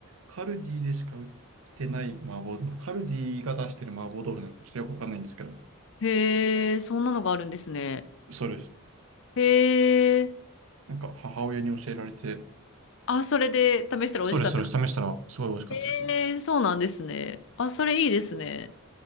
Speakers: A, on the right (about 65°); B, on the left (about 60°).
A: カルディでしか売ってない麻婆豆腐。カルディが出してる麻婆豆腐なんかちょっとよくわかんないんですけど、
B: へえ、そんなのがあるんですね。
A: そうです。
B: へえ、
A: なんか母親に教えられて、
B: あ、それで試したら美味しかったか。
A: そうです、そうです。試したらすごい美味しかったですね。
B: へえ、そうなんですね。あ、それいいですね。